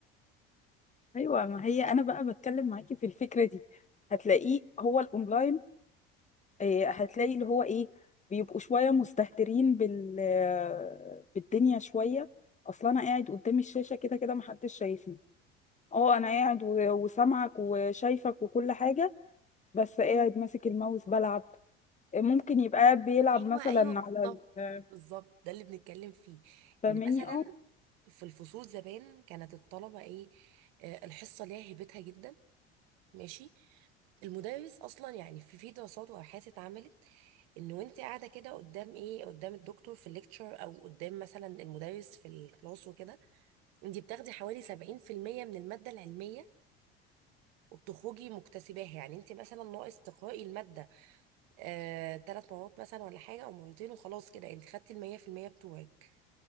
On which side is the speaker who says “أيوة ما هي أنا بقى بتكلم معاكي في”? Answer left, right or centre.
Left